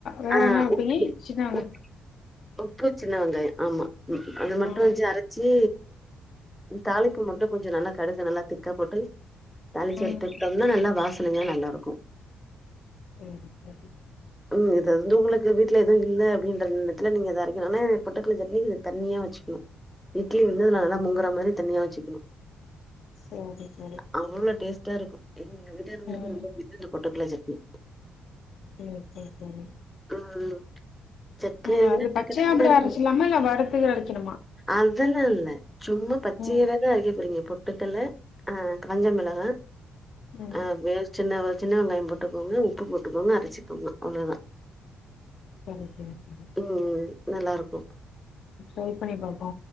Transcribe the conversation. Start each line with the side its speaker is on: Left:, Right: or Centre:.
Left: வேற
Centre: ஆ
Left: என்ன வப்பிங்க
Centre: உப்
Left: இஞ்சிதான
Centre: உப் உப்பு சின்ன வெங்காயோ ஆமா அது மட்டு
Left: ஆ
Centre: வச்சி அரச் சி தாளிப்பு மட்டு கொஞ்சோ நல்லா கடுகு நல்லா திக்கா போட்டு தாளிச்சு
Left: ஆ
Centre: எடுத்துக்டோம்னா நல்லா வாசனையா நல்லாருக்கு
Left: ம் ம்
Centre: ம் இது வந்து உங்ளுக்கு வீட்ல எதுவு இல்ல அப்டின்ற எடத்துல நீங்க இத அரைக்லா ஆனா பொட்டுக்கல்ல சட்னி தண்ணியா வச்சுக்கணு இட்லி வந்து அதுல நல்லா முங்கற மாரி தண்ணியா வச்சுக்கணு
Left: சேரி சேரி
Centre: அவ்ளோ டேஸ்ட்டா இருக்கு எங்க வீட்டுகாரங்களுக்கு
Left: ம்
Centre: ரொம்ப புடிக்கு இந்த பொட்டுக்கல்ல சட்னி
Left: ம் ம் ம்
Centre: ம் ம் சட்னி
Left: ம்
Centre: அரைக்கனா
Left: அது
Centre: டக்கு
Left: பச்சையா
Centre: டக்குன்னு
Left: அப்டியே
Centre: அரைக்கனு
Left: அரச்சிர்லாமா இல்ல வருத்து அரைக்கணுமா
Centre: அதெல்லா இல்ல சும்மா பச்சையவேதா
Left: ம்
Centre: அரைக்க போறீங்க பொட்டுக்கல்ல ஆ காஞ்ச மெளகா
Left: ம்
Centre: அஹ் சின்ன சின்ன வெங்காயோ போட்டுக்கோங்க உப் உப்பு போட்டுக்கோங்க அரச்சிக்கோங்க அவ்ளோதா
Left: சரி சரி சரி
Centre: ம் நல்லாருக்கு
Left: ட்ரை பண்ணி பாப்போ